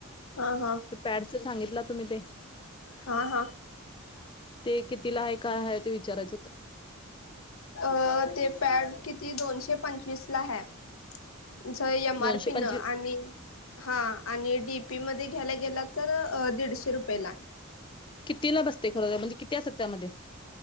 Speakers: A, on the left (about 75°); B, on the left (about 20°).
A: हा हा
B: तर पॅडस सांगितला तुम्ही ते
A: हा हा
B: ते कितीला आहे काय आहे ते विचारायचं होत
A: अ ते पॅड किती दोनशे पंचवीस ह एम
B: दोनशे
A: आर पी
B: पंचवीस
A: न आणि हा आणि डीप ी म घ गे तर दीडशे रुपयेला
B: कितीला बसते खर म्हणजे किती असतं त्यामध्ये